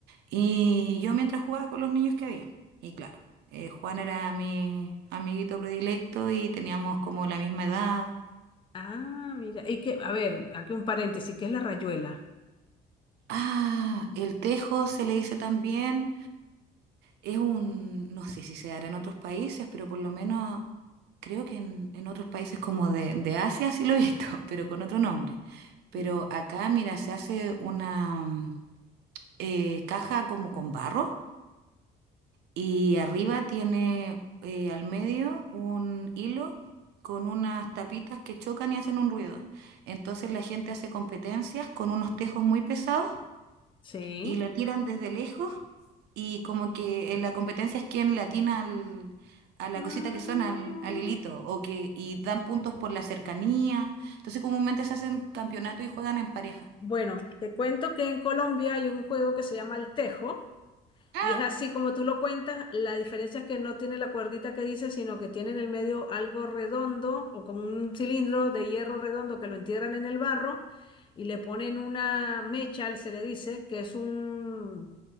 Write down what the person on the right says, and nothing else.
y yo mientras jugaba con los niños que habían. Y claro, eh, Juan era mi amiguito predilecto y teníamos como la misma edad.
Ah, el tejo se le dice también Es un, no sé si se dará en otros países, pero por lo menos creo que en, en otros países como de, de Asia sí lo he visto, <laughs> pero con otro nombre. Pero
acá, mira, se hace una mm, eh, caja como con barro y arriba tiene eh, al medio un hilo con unas tapitas que chocan y hacen un ruido. Entonces la gente hace competencias con unos tejos muy pesados
y lo tiran desde lejos y como que en la competencia es quien le atina al- a la
cosita que suena, al, al hilito, o que, y dan puntos por la cercanía. Entonces comúnmente se hacen campeonato y juegan en pareja.
Ah,